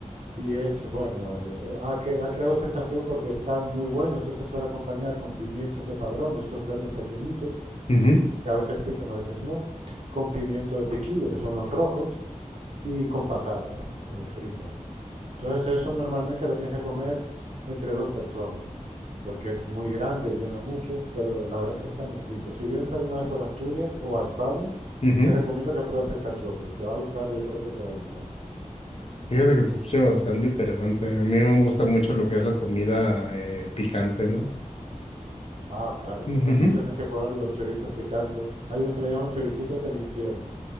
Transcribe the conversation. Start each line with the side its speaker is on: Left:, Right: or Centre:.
Right: Y es, bueno, eh, ha, ha creado sensación porque está muy bueno, eso se suele acompañar con pimientos de padrón, de estos verdes pequeñitos,
Left: ujú,
Right: que a veces pican, a veces no, con pimiento de piquillo, que son los rojos, y con patatas eh, fritas. Entonces eso normalmente lo tienes que comer entre dos personas, porque es muy grande, llena mucho, pero la verdad es que está muy rico. Si vienes alguna vez por Asturias o a España,
Left: ujú.
Right: te recomiendo que pruebes el cachopo y te va a gustar, yo creo que te va a gustar.
Left: Fíjate que se escucha bastante interesante. A mí me gusta mucho lo que es la comida eh, picante, ¿no?
Right: Ah, claro,
Left: Ujujú,
Right: pues aquí tenés que probar los chorizos picantes. Hay unos que le llaman choricitos del infierno,